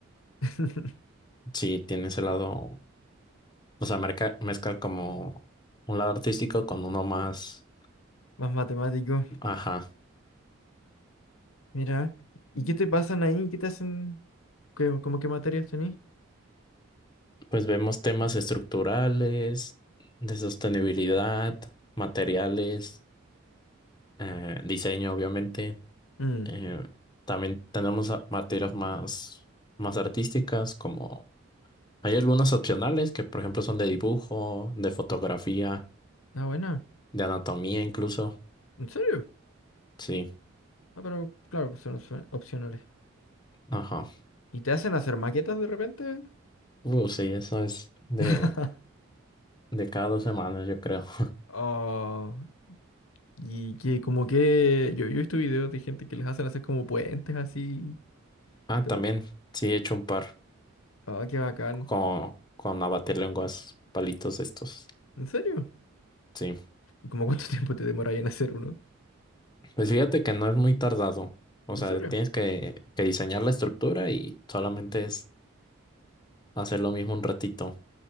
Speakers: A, on the left (about 85°); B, on the left (about 20°).
A: <laughs>
B: sí, tiene ese lado, o sea, merca- mezclar como un lado artístico con uno más,
A: Más matemático.
B: ajá,
A: Mira. ¿Y qué te pasan ahí? ¿Qué te hacen? ¿Qué- ¿Cómo qué materias tenés?
B: Pues vemos temas estructurales, de sostenibilidad, materiales, eh, diseño, obviamente.
A: Mm.
B: Eh, también tenemos a- materias más, más artísticas, como hay algunas opcionales que, por ejemplo, son de dibujo, de fotografía,
A: Ah, buena.
B: de anatomía incluso.
A: ¿En serio?
B: Sí,
A: Ah, pero claro, son, son opcionales.
B: ajá.
A: ¿Y te hacen hacer maquetas de repente?
B: Uh, sí, eso es de,
A: <laughs>
B: de cada dos semanas, yo creo. <laughs>
A: Oh, y que como que yo, yo he visto videos de gente que les hacen hacer como puentes así,
B: Ah,
A: pero
B: también, sí, he hecho un par
A: ah, qué bacán.
B: con, con lenguas palitos estos.
A: ¿En serio?
B: Sí.
A: ¿Y como cuánto <laughs> tiempo te demoráis en hacer uno?
B: Pues fíjate que no es muy tardado. O
A: ¿En
B: sea,
A: serio?
B: tienes que, que diseñar la estructura y solamente es hacer lo mismo un ratito